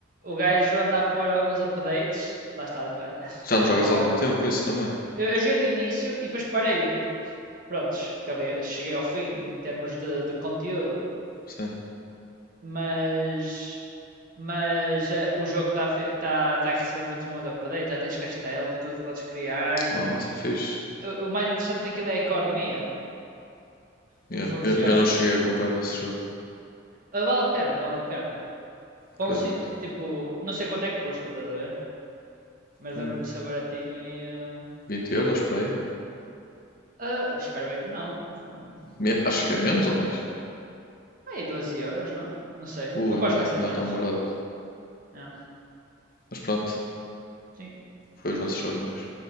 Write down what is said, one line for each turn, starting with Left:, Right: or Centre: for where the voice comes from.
Right: O gajo anda a pôr alguns updates, lá está, <laughs>
Left: Já não jogas
Right: demora.
Left: há algum tempo, isso também.
Right: Eu, eu joguei no início e depois parei, porque, pronto, acabei, cheguei ao fim em termos de, de conteúdo,
Left: Sim.
Right: mas, mas eh, o jogo está a, tá- tá a receber muitos bons updates, já tens castelos e tudo que podes criar.
Left: ah isso é fixe.
Right: O, o mais interessante daquilo é a economia,
Left: Yeah.
Right: como funciona.
Left: Eu, eu não cheguei a comprar esse jogo,
Right: Ah, Vale a pena, vale a pena. Pão
Left: acredito.
Right: sin- tipo, não sei quanto é que custa, estás a ver? Mas
Left: Hum,
Right: lembro-me de ser baratinho e. hum,
Left: 20 euros para aí?
Right: ah, espero bem que não, porque hum,
Left: Me- acho que
Right: também.
Left: é menos ou mais?
Right: Pá, aí 12 euros, não? Não sei.
Left: Ui,
Right: Aposto
Left: não
Right: que
Left: é,
Right: vai ser
Left: não
Right: mais.
Left: é tão barato.
Right: É,
Left: Mas pronto,
Right: sim.
Left: foi os nossos joguinhos.